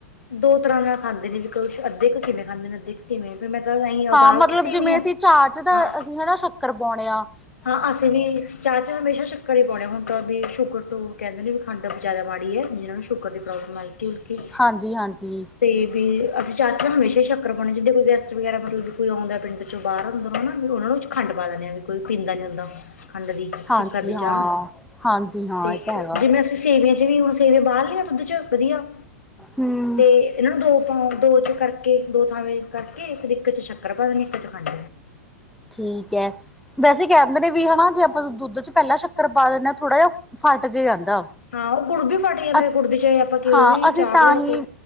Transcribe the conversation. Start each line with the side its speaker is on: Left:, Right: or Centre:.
Left: ਦੋ ਤਰ੍ਹਾਂ ਨਾਲ ਖਾਂਦੇ ਨੇ ਵੀ ਕੁਛ ਅੱਧੇ ਕੁ ਕਿਵੇਂ ਖਾਂਦੇ ਨੇ ਅੱਧੇ ਕਿਵੇਂ ੈਂ ਤਾਂ ਉਬਾਲ
Centre: ਹਾਂ ਮਤਲਬ
Left: ਕੇ ਸੇਵੀਆਂ
Centre: ਜਿਵੇਂ ਅਸੀਂ ਚਾਰ ਚ ਦਾ
Left: ਹਾਂ
Centre: ਅਸੀਂ ਹਨਾ ਸ਼ੱਕਰ ਪਾਉਣੇਿਆ
Left: ਹਾਂ ਅਸੀਂ ਵੀ ਚਾਹ ਚਾਹ ਹਮੇਸ਼ਾ ਸ਼ੱਕ ਹੀ ਪਾਉਣੇ ਹੁਣ ਤਾਂ ਵੀ ਸ਼ੁਕਰ ਉਹ ਕਹਿੰਦੇ ਵੀ ਖੰਡ ਜਿਆਦਾਾੜੀ ਹੈ ਜਿਹਨਾਂ ਨੂੰ ਸ਼ੂਗਰ ਦੀ ਪ੍ਰੋਬਲਮ ਮਲਟੀ ਉਲਕੀ
Centre: ਹਾਂਜੀ ਹਾਂਜੀ
Left: ਤੇ ਵੀ ਅਸੀਂ ਚਾ ਚ ਹਮੇਸ਼ਾ ਹੀ ਸ਼ੱਕਰ ਪਾਉਣੇ ਜਿੱਦਾਂ ਕੋਈ ਗੈਸਟ ਵਗੈਰਾ ਮਤਲਬ ਕੋਈ ਆਉਂਦਾ ਪਿੰਡ ਚੋਂ ਬਾਹਰ ਹੁੰਦਾ ਵਾ ਵੀ ਉਹਨਾ ਨੂੰ ਚ ਖੰਡ ਪਾ ਦਿੰਦੇ ਆ ਵੀ ਕੋਈ ਪੀਂਦਾ ਨੀ ਹੁੰਦਾ ਖੰਡ ਦੀ
Centre: ਹਾਂਜੀ
Left: ਸ਼ੱਕਰ ਦੀ
Centre: ਹਾਂ
Left: ਚਾਹ
Centre: ਹਾਂਜੀ ਹਾਂ
Left: ਤੇ
Centre: ਇਹ ਤਾਂ ਹੈਗਾ
Left: ਜਿਵੇਂ ਸੇਵੀਆਂ ਚ ਵੀ ਹੁਣ ਸੇਵੇ ਬਾਹਰ ਲਈੀਆਂ ਦੁੱਧ ਚ ਵਧੀਆ
Centre: ਹੂੰ
Left: ਤੇ ਇਹਨਾਂ ਨੂੰ ਦੋ ਪਾ ਦੋ ਚ ਕਰਕੇ ਦੋ ਥਾਵੇਂ ਕਰਕੇ ਫਿਰ ਇੱਕ ਚ ਸ਼ੱਕਰ ਪਾ ਨੇ ਇੱਕ ਚ ਖੰਡ
Centre: ਠੀਕ ਹੈ ਵੈਸੇ ਕਹ ਦਿੰਦੇ ਨੇ ਵੀ ਹਨਾ ਜੇ ਆਪਾਂ ਦੁੱਧ ਚ ਪਹਿਲਾਂ ਸ਼ੱਕਰ ਪਾ ਦੇ ਨਾਂ ਥੋੜਾ ਜਿਹਾ ਫੱਟ ਜੇ ਜਾਂਦਾ।
Left: ਹਾਂ ਓ ਗੁੜ ਬੀ ਫਟ ਜਾਂਦਾ
Centre: ਅਸ
Left: ਗੁੜ ਦੀ ਚੇ ਆਪਾਂ ਕਿਵੇਂ
Centre: ਹਾਂ
Left: ਵੀ
Centre: ਅਸੀਂ
Left: ਚਾਹ
Centre: ਤਾਂ
Left: ਵੀ ਰੱਖੇ
Centre: ਹੀ